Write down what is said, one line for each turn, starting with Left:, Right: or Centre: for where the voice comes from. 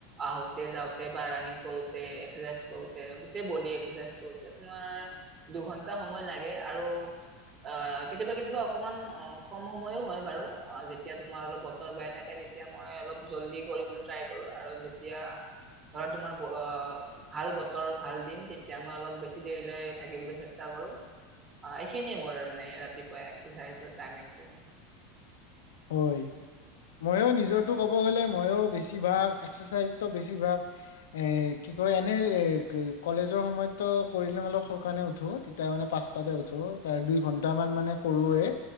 Right: আহোতে যাওঁতে বা ৰানিং কৰোতে, এক্সাৰচাইজ কৰোতে, গোটেই বডি এক্সাৰচাইজ কৰোতে তোমাৰ দুঘন্টা সময় লাগে। আৰু আহ কেতিয়াবা কেতিয়াবা অকমান কম সময়ো হয় বাৰু, যেতিয়া তোমাৰ অলপ বতৰ বেয়া থাকে তেতিয়া মই অলপ জলদি কৰিবলৈ ট্ৰাই কৰো। আৰু যেতিয়া ধৰা তোমাৰ ভাল বতৰ ভাল দিন তেতিয়া মই অলপ বেছি দেৰিলৈ থাকিবলৈ চেষ্টা কৰো। আ এইখিনিয়ে মোৰ মানে ৰাতিপুৱা এক্সাৰচাইজৰ টাইমিংটো।
Left: হয়। ময়ো নিজৰটো ক'ব গ'লে ময়ো বেছিভাগ এক্সাৰচাইজটো বেছিভাগ এহ, কি কয় এনে এহ, গে, কলেজৰ সময়ততো কৰিলে অলপ সলকানে উঠোঁ। তিয়া মানে পাঁচটাতে উঠো, তাৰ দুই ঘন্টামান মানে কৰোঁৱেই,